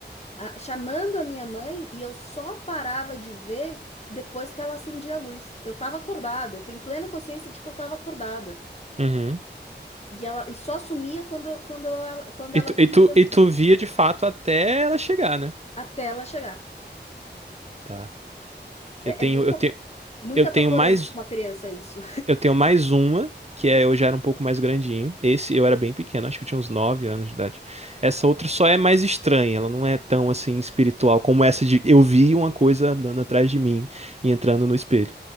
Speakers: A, on the left (about 35°); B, on the right (about 35°).
A: a, chamando a minha mãe, e eu só parava de ver depois que ela acendia a luz. Eu tava acordada, eu tenho plena consciência de que eu tava acordada.
B: Uhum.
A: E ela e só sumia quando, quando ela, quando
B: E
A: ela
B: tu,
A: acendia
B: e tu,
A: a luz,
B: e tu via de fato até ela chegar, né?
A: até ela chegar.
B: Tá.
A: É,
B: Eu tenho,
A: é muito,
B: eu tenho,
A: muito
B: eu
A: apavorante
B: tenho mais
A: para uma criança isso.
B: Eu tenho mais uma, que é eu já era um pouco mais grandinho. Esse eu era bem pequeno, acho que eu tinha uns 9 anos de idade. Essa outra só é mais estranha, ela não é tão assim espiritual como essa de eu vi uma coisa andando atrás de mim e entrando no espelho.